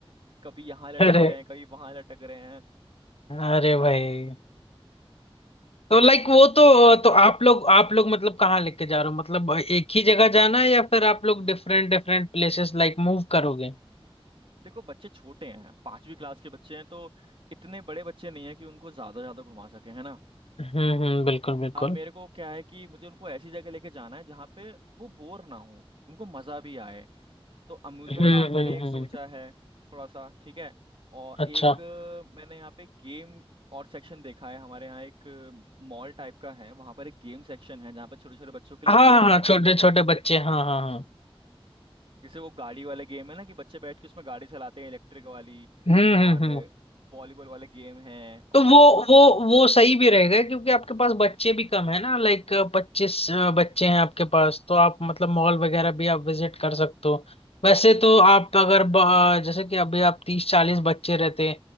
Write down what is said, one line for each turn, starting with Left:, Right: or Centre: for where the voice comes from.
Right: कभी यहाँ लटक
Left: अरे
Right: रहे हैं कभी वहां लटक रहे हैं
Left: अरे भाई तो लाइक वो तो
Right: क्ला-
Left: तो आप लोग आप लोग मतलब कहाँ लेके जा रहे हो मतलब एक ही जगह जाना है या फिर आप लोग different different places like move करोगे
Right: देखो बच्चे छोटे हैं पांचवी क्लास के बच्चे हैं तो इतने बड़े बच्चे नहीं है कि उनको ज्यादा ज्यादा घुमा सके है ना
Left: हम्म हम्म बिल्कुल बिल्कुल
Right: अब मेरे को क्या है कि मुझे उनको ऐसी जगह लेके जाना है जहाँ पे वो बोर ना हो उनको मजा भी आए तो अम्यूजमेंट
Left: हम्म
Right: पार्क मैंने
Left: हम्म
Right: एक
Left: हम्म
Right: सोचा है थोड़ा सा ठीक है और
Left: अच्छा
Right: एक अ, मैंने यहाँ पे गेम और सेक्शन देखा है हमारे यहाँ एक मॉल टाइप का है वहाँ पर एक गेम सेक्शन है जहाँ पे छोटे छोटे बच्चों के लिए
Left: हाँ
Right: गेम
Left: हाँ
Right: है
Left: हाँ
Right: बहुत
Left: छोटे
Right: सारे
Left: छोटे बच्चे हाँ हाँ हाँ
Right: जैसे वो गाड़ी वाले गेम है ना कि बच्चे बैठ के उसमें गाड़ी चलाते हैं इलेक्ट्रिक वाली
Left: हम्म हम्म
Right: और
Left: हम्म
Right: वॉलीबॉल वाले गेम हैं
Left: तो
Right: और
Left: वो वो वो सही भी रहेगा क्योंकि आपके पास बच्चे भी कम है ना लाइक पच्चीस बच्चे हैं आपके पास तो आप मतलब मॉल वगैरह भी आप विजिट कर सकते हो वैसे तो आप अगर ब- अ, जैसे कि अभी आप तीस चालीस बच्चे रहते